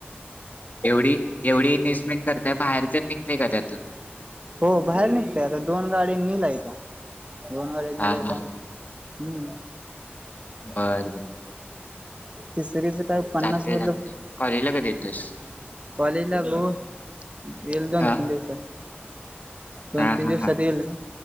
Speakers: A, on the left (about 45°); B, on the right (about 30°).
A: एवढी, एवढी इन्व्हेस्टमेंट करताय, बाहेर <unintelligible> निघतेय का त्यातून?
B: हो बाहेर निघतेय, आता दोन गाडी नीलयता. दोन गाड्या निलयता.
A: हा हा हा.
B: हम्म.
A: बर <unintelligible>
B: तिसरीचं काय पन्नास
A: चालतंय
B: मधलं
A: चालतंय.
B: <inaudible>
A: कॉलेजला कधी येतोयस?
B: कॉलेज ला <unintelligible>
A: हा
B: दिवस. दोन
A: हा
B: -तीन
A: हा
B: दिवसात
A: हा.
B: गेलं.